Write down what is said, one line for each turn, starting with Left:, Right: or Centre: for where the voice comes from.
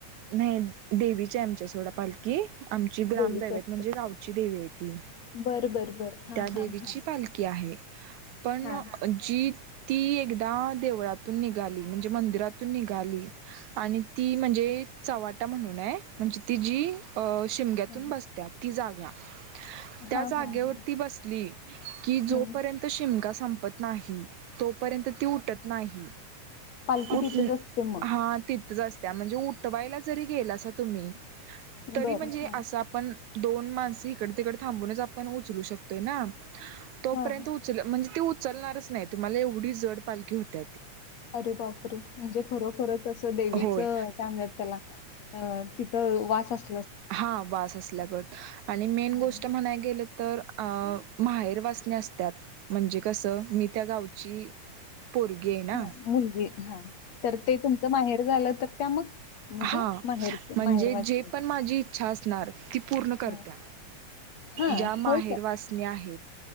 Right: नाही देवीच्या आमच्या सोडा पालखी. आमची ग्रामदैवत
Left: देवीची असते
Right: म्हणजे गावची देवी आहे ती
Left: बरं बरं बरं हां
Right: त्या
Left: हां
Right: देवीची
Left: हां
Right: पालखी आहे. पणजी.
Left: हां
Right: ती एकदा देवळातून निघाली म्हणजे मंदिरातून निघाली आणि ती म्हणजे चवाटा म्हणून आहे म्हणजे ती जी शिमग्यातून
Left: हां
Right: बसत. ती जागा त्या
Left: हां
Right: जागेवरती
Left: हां हां
Right: बसली की जोपर्यंत
Left: हं
Right: शिमग संपत नाही. तोपर्यंत ती उठत नाही
Left: पालखी
Right: उठ
Left: तिथंच असते मग
Right: हा तिथ जा. त्या म्हणजे उठवायला जरी गेल अस तुम्ही तरी
Left: बरं
Right: म्हणजे
Left: हां
Right: असं आपण दोन माणस इकड तिकड. थांबूनच आपण उचलू शकतोय ना. तोपर्यंत
Left: हां
Right: उचल म्हणजे ती उचलणारच नाही तुम्हाला एवढी जड पालखी होत.
Left: अरे बापरे म्हणजे खरोखरच असं देवीच
Right: होय
Left: चांगत त्याला अ तिथ. वाच अस.
Right: हा वास असल्या ग. आणि मेन
Left: हां
Right: गोष्ट म्हणाय गेलं तर अ माहेर वाचने असतात. म्हणजे कसं मी त्या गावची. पोरगी आहे ना
Left: हा मुलगी हा तर ते तुमचं माहेर झालं तर त्या मग. म्हणजे
Right: हा
Left: माहेरचं
Right: म्हणजे
Left: माहेर वाचले
Right: जे पण माझी इच्छा असणार ती पूर्ण करत.
Left: हां हां
Right: ज्या माहेर
Left: होय काय
Right: वासणी आहेत